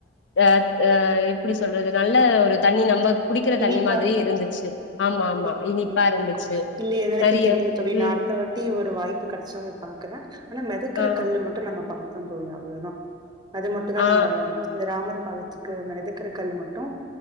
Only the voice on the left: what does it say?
அ அ எப்படி சொல்றது நல்ல ஒரு தண்ணி நம்ம குடிக்கிற
தண்ணி மாதிரியே
இருந்துச்சு ஆமா ஆமா
இருந்துச்சு
நெறைய
ம்
ஆ
ஆ